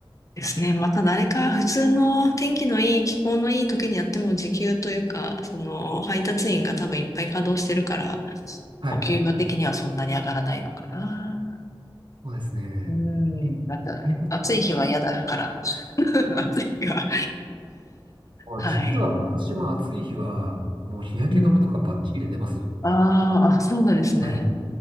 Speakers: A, on the left; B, on the right.
A: ですね。また誰か普通の天気のいい、気候のいい時にやっても時給というか、その配達員が多分いっぱい稼働してるから、
B: はい。
A: お給料的にはそんなに上がらないのかな。
B: そうですね。
A: うん、
B: え
A: なんだ、
B: 退屈、
A: 暑い日は嫌だから。<laughs> 暑い日は。はい。
B: 実は私も暑い日は、もう日焼け止めとかバッチリで出ますよ。
A: うん。あーあ、そうなんですね。
B: はい。